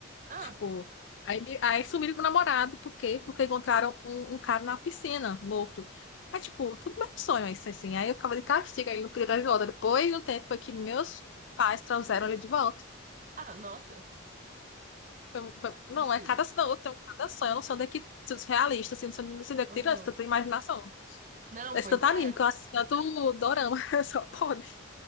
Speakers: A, on the right (about 40°); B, on the left (about 65°).
A: Ah,
B: Tipo, aí, me- aí sumiram com o namorado. Por quê? Porque encontraram um, um cara na piscina, morto. Aí, tipo, tudo mais sonho isso, assim. Aí eu ficava de castigo, aí ele não podia dar de volta. Depois de um tempo foi que meus pais trouxeram ele de volta.
A: ah, nossa,
B: Foi- foi- Não,
A: assim,
B: é cada sonho, eu tenho cada sonho, eu não sei onde é que surrealista, assim, não sei não sei onde é que
A: aham.
B: tirou essa tanta imaginação.
A: Não,
B: Esse
A: pois
B: tanto
A: é.
B: anime, que eu assisto tanto dorama, <laughs> só pode.